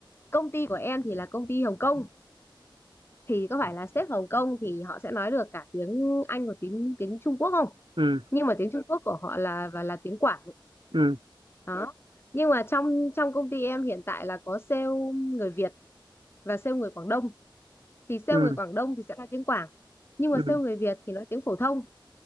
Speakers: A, on the left; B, on the right.
A: Công ty của em thì là công ty Hồng Kông thì có phải là sếp Hồng Kông thì họ sẽ nói được cả tiếng Anh và tiếng tiếng Trung Quốc không?
B: Ừ
A: nhưng mà tiếng Trung Quốc của họ là và là tiếng Quảng
B: ừ
A: đó nhưng mà trong trong công ty em hiện tại là có sale người Việt và sale người Quảng Đông thì sale
B: ừ
A: người Quảng Đông thì sẽ nói tiếng Quảng nhưng
B: ừ.
A: mà sale người Việt thì nói tiếng phổ thông